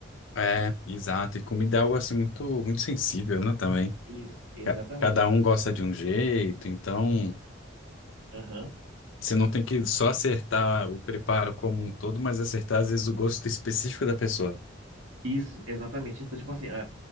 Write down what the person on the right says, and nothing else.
Isso, exatamente.
Aham.
Isso, exatamente. Então, tipo assim, ah,